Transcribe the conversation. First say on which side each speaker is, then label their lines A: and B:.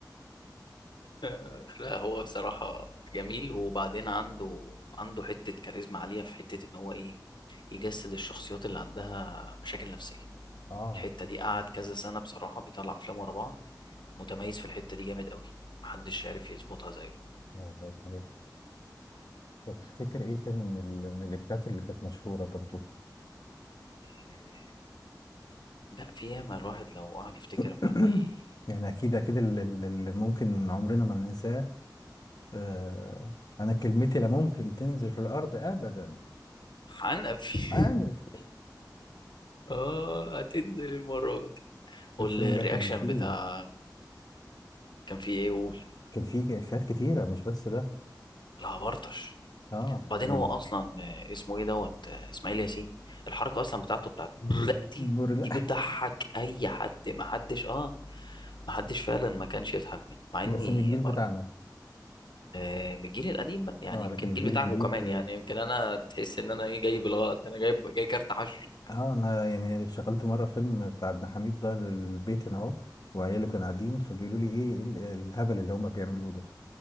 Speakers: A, on the left; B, on the left.
A: آه، لا هو بصراحة جميل وبعدين عنده عنده حتة كاريزما عالية في حتة إن هو إيه يجسد الشخصيات اللي عندها مشاكل نفسية
B: اه
A: الحتة دي قعد كذا سنة بصراحة بيطلع أفلام ورا بعض متميز في الحتة دي جامد قوي محدش عارف يظبطها زيه
B: والله صحيح طب تفتكر ايه تاني من ال... من الافيهات اللي كانت مشهوره برضو
A: آه، لا في ياما الواحد لو قعد يفتكر
B: <clears throat>
A: ما بي
B: يعني اكيد اكيد ال- ال- اللي ممكن عمرنا ما ننساه آه انا كلمتي لا ممكن تنزل في الارض ابدا
A: حنق فيه
B: عارف
A: <laughs> آه هتنزل المرة دي والرياكشن
B: الفيلم ده كان فيه
A: بتاع كان فيه إيه يقول
B: كان فيه افيهات كتيره مش بس ده
A: العبرطش
B: اه
A: وبعدين
B: وال-
A: هو اصلا آه، اسمه ايه دوت آه، اسماعيل ياسين الحركه اصلا بتاعته بتاعت برق دي
B: برلا
A: دي بتضحك اي حد ما حدش اه ما حدش فعلا ما كانش يضحك منها مع اني
B: بس من الجيل بتاعنا
A: آه، من الجيل القديم بقى يعني
B: اه
A: يمكن
B: لكن
A: الجيل
B: الجيل
A: بتاعكم
B: الجديد
A: كمان يعني يمكن انا تحس ان انا ايه جاي بالغلط انا جايب جاي كارت حشر
B: اه انا يعني شغلت مره فيلم بتاع ابن حميد ده للبيت هنا اهو وعيالي كانوا قاعدين فبيقولوا لي ايه إيه ال- إيه الهبل اللي هم بيعملوه ده